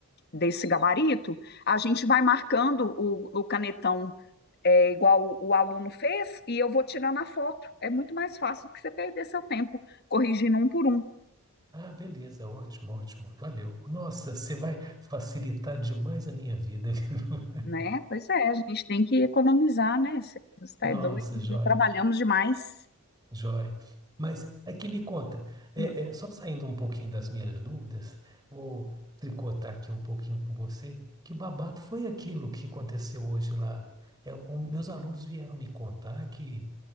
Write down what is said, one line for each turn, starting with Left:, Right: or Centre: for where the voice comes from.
Left: desse gabarito, a gente vai marcando o, o canetão é, igual o, o aluno fez e eu vou tirando a foto. É muito mais fácil do que você perder seu tempo corrigindo um por um,
Right: Ah, beleza. Ótimo, ótimo. Valeu. Nossa, você vai facilitar demais a minha vida. <laughs>
Left: né? Pois é, a gente tem que economizar, né? Você está
Right: Nossa,
Left: doido,
Right: joia.
Left: já trabalhamos demais.
Right: Joia. Mas aqui me conta, é,
Left: Hum.
Right: é, só saindo um pouquinho das minhas dúvidas, vou tricotar aqui um pouquinho com você. Que babado foi aquilo que aconteceu hoje lá? É, o- meus alunos vieram me contar que